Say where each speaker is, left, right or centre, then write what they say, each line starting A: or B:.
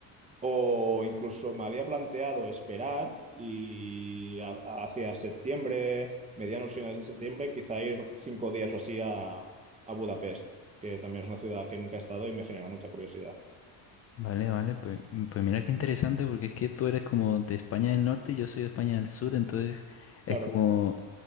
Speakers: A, on the right; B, on the left.
A: o incluso me había planteado esperar y a- hacia septiembre, medianos finales de septiembre, quizá ir cinco días o así a, a Budapest, que también es una ciudad que nunca he estado y me genera mucha curiosidad.
B: Vale, vale, pues, pues mira qué interesante, porque es que tú eres como de España del Norte y yo soy de España del Sur, entonces es
A: Claro,
B: como